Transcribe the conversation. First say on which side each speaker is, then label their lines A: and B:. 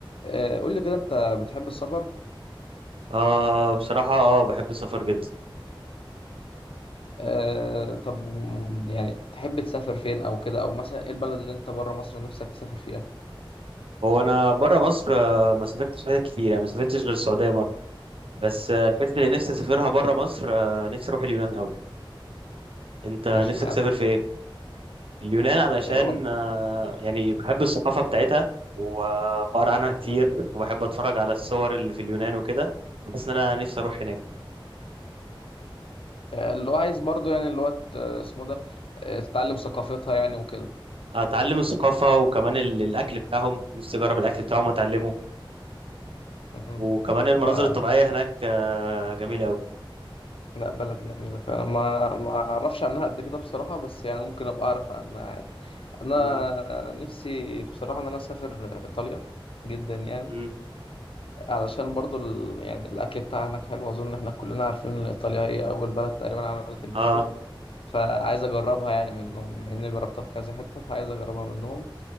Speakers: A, on the left; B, on the right.
A: آه، قول لي كده انت بتحب السفر
B: آه بصراحة اه بحب السفر جدا
A: آه، طب وم- يعني تحب تسافر فين او كده او مثلا ايه البلد اللي انت بره مصر نفسك تسافر فيها
B: هو أنا برا مصر آه ما سافرتش حتت كتير يعني ما سافرتش غير السعودية مرة بس آه الحتت اللي نفسي أسافرها برا مصر آه نفسي أروح اليونان أوي أنت نفسك
A: ده اشمعنى
B: تسافر فين؟ اليونان علشان
A: آه، وال-
B: آه يعني بحب الثقافة بتاعتها وبقرا عنها كتير
A: مم.
B: وبحب أتفرج على الصور اللي في اليونان وكده بس أنا نفسي أروح هناك
A: آه، اللي هو عايز برضو يعني اللي هو ت- اسمه ده آه، تتعلم ثقافتها يعني وكده
B: أتعلم الثقافة وكمان ال- الأكل بتاعهم نفسي أجرب الأكل بتاعهم وأتعلمه
A: مم.
B: وكمان المناظر
A: ده
B: الطبيعية هناك آه جميلة أوي
A: لا بلد جميلة فعلا ما ما اعرفش عنها قد كده بصراحة بس يعني ممكن ابقى اعرف عنها عادي انا
B: م-
A: نفسي بصراحة ان انا اسافر ايطاليا جدا يعني
B: م-
A: علشان برضو ال... يعني الأكل بتاعها هناك حلو أظن إحنا كلنا عارفين إن إيطاليا هي أول بلد تقريبا عملت البيتزا
B: اه
A: فعايز أجربها يعني منهم مع إني جربتها في كذا حتة فعايز أجربها منهم